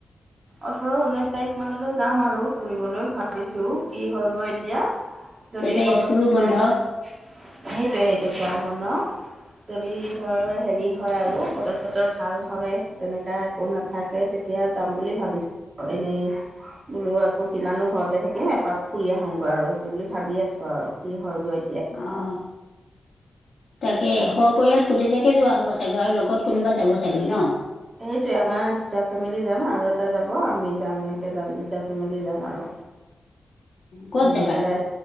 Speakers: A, on the right; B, on the left.
A: ওঠৰ ঊনৈশ তাৰিখ মানলৈ যাম আৰু ফুৰিবলৈ ভাবিছো কি হয় গৈ এতিয়া। যদি
B: তেতিয়া
A: বতৰ
B: স্কুলো
A: চত
B: বন্ধ
A: সেইটোয়ে সেইটোৱে <unintelligible> যদি ধৰ হেৰি হয় আৰু বতৰ চতৰ ভাল হয়, তেনেকা একো নাথাক কে তেতিয়া যাম বুলি ভাবিছোঁ, ক এনেই বোলো আকৌ কিমানো ঘৰতে থাকিম, এপাক ফুৰি আহোংগৈ আৰু সেইটো বুলি ভাবি আছো আৰু কি হয় গৈ
B: অঁহ। তাকে
A: বাকী
B: সপৰিয়াল গোটেই যাকে যোৱা হ'ব চাগৈ আৰু লগত কোনোবা যাব চাগৈ ন?
A: সেইটোৱে আমাৰ দুটা ফেমিলি যাম আৰু এটা যাব, আমি যাম, এনেকে যাম দুটা ফেমিলি যাম আৰু।
B: ক'ত
A: মিলি
B: যাবা
A: পেলাই।